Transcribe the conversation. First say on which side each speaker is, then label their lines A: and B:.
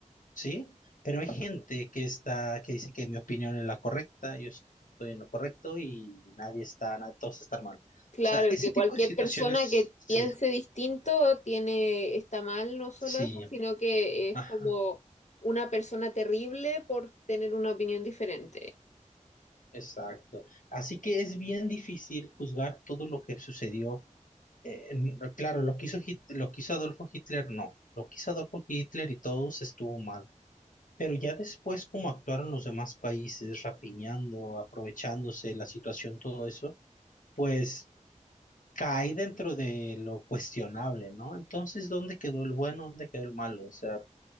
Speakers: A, on the left; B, on the left.
A: ¿sí? Pero hay gente que está, que dice que mi opinión es la correcta, yo estoy en lo correcto y nadie está, na- todos están mal. O
B: Claro,
A: sea, ese
B: y que
A: tipo
B: cualquier
A: de situaciones,
B: persona que
A: sí,
B: piense distinto tiene, está mal, no solo
A: sí,
B: eso, sino que
A: ajá,
B: es como una persona terrible por tener una opinión diferente.
A: exacto. Así que es bien difícil juzgar todo lo que sucedió. Eh, en- claro, lo que hizo Hit- lo que hizo Adolfo Hitler, no. Lo que hizo Adolfo Hitler y todos estuvo mal. Pero ya después, como actuaron los demás países, rapiñando, aprovechándose la situación, todo eso, pues cae dentro de lo cuestionable, ¿no? Entonces, ¿dónde quedó el bueno? ¿Dónde quedó el malo? O sea,